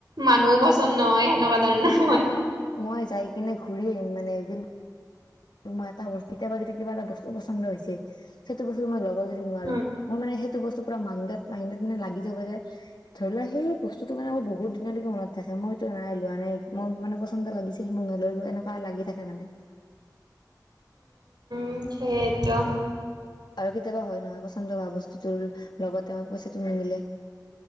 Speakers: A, on the right; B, on the left.
A: মানুহো পছন্দ নহয় সেনেকুৱা ধৰণৰ মই।
B: মই যাই কিনে ঘূৰি আহিম মানে এদিন ত' মই এটা বস্তু কেতিয়াবা যদি কিবা এটা বস্তু পছন্দ হৈছে সেইটো বস্তু মই ল ব যদি নোৱাৰো
A: উম,
B: মই মানে সেইটো বস্তু পোৰা মাণ্ডত মাইণ্ডত মানে লাগি যাব যে ধৰি লোৱা সেই বস্তুটো মানে মোৰ বহুত দিনলৈকে মনত থাকে মই এইটো নাই লোৱা নাই মোৰ মানে পছন্দ লাগি ছিল মই ন'ললো, এনেকুৱা লাগি থাকে মানে।
A: উম সেইয়েটো।
B: আৰু কেতিয়াবা হয় নহয় পছন্দ হোৱা বস্তুটোৰ লগতে আমাৰ পইচাটো নিমিলে।